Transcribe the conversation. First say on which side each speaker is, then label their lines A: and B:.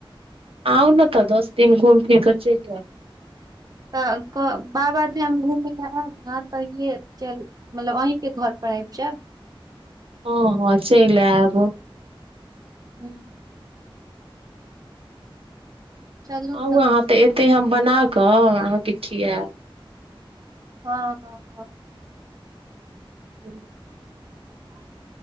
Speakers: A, on the right; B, on the right.
A: आउ ने तऽ दस दिन घूम फिर कऽ चलि जायब
B: तऽ बाबाधाम घूमय लेलए आयब ने तऽए चल मतलब अहीँके घरपर आबि जायब
A: हँ हँ चलि आयब
B: हू चलू
A: आउ
B: तऽ
A: अहाँ त ते हम बनााकऽ अहाँके खियाब
B: हँ हँ ह
A: ह्
B: ह